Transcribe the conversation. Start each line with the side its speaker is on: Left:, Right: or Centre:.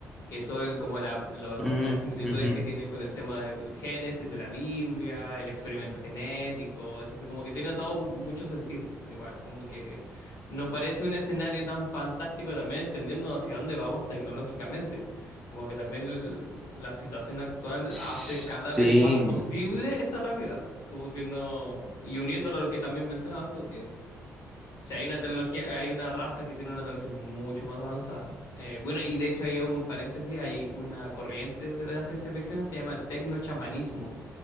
Left: que todo el, como la, los,
Centre: mm,
Left: las similitudes
Centre: ujú.
Left: que tiene con el tema del Génesis, de la Biblia, el experimento genético, entonces como que tiene todo mucho sentido, igual, como que no parece un escenario tan fantástico también entendiendo hacia dónde vamos tecnológicamente, como que también el- la situación actual hace
Centre: Sí,
Left: cada vez más posible esa realidad. Como que no, y uniéndolo a lo que también mencionabas tú, o sea, hay una tecnología, hay una raza que tiene una tecnología mucho más avanzada. Eh, bueno, y de hecho hay un paréntesis, hay una corriente de la ciencia ficción, se llama el tecnochamanismo,